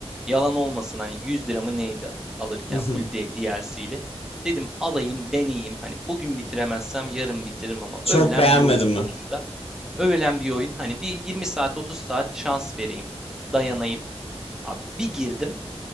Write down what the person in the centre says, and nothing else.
Yalan olmasın hani 100 lira mı neydi alırken
full D- DLC'li. Dedim alayım deneyeyim. Hani bugün bitiremezsem yarın bitiririm ama
övülen
bir oyun
sonuçta. Övülen bir oyun hani bir 20 saat 30 saat şans vereyim. Dayanayım. Abi bir girdim.